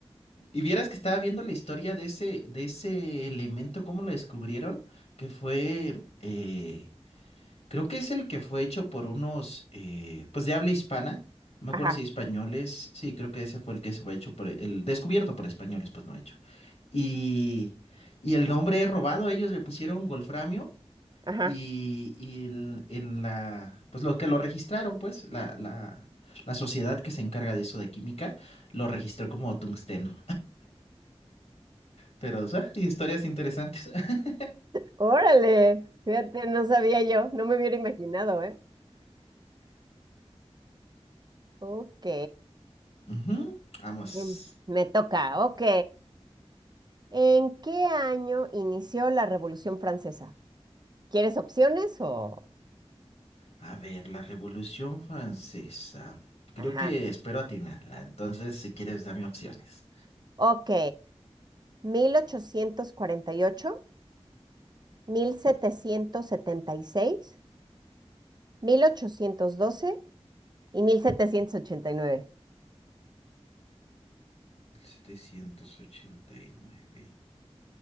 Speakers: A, on the left; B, on the right.
A: Y vieras que estaba viendo la historia de ese, de ese elemento, cómo lo descubrieron, que fue, eh, creo que es el que fue hecho por unos, eh, pues de habla hispana, no me
B: Ajá,
A: acuerdo si españoles, sí, creo que ese fue el que se fue hecho por, el descubierto por españoles, pues no hecho. Y, y el nombre es robado, ellos le pusieron wolframio
B: ajá.
A: Y, y el- en la, pues lo que lo registraron, pues, la, la, la sociedad que se encarga de eso de química, lo registró como tungsteno. Pero, o sea, historias interesantes. <laughs>
B: Órale, fíjate, no sabía yo, no me hubiera imaginado, ¿eh? Ok,
A: Ujú, Vamos.
B: bien, me toca, ok. ¿En qué año inició la Revolución Francesa? ¿Quieres opciones o...?
A: A ver, la Revolución Francesa. Creo
B: Ajá,
A: que espero atinarla. Entonces, si quieres, dame opciones.
B: ok. Mil ochocientos cuarenta y ocho, mil mil mil setecientos setecientos setenta y y y seis, mil ochocientos doce y mil setecientos ochenta y nueve.
A: mil mil setecientos ochenta y nueve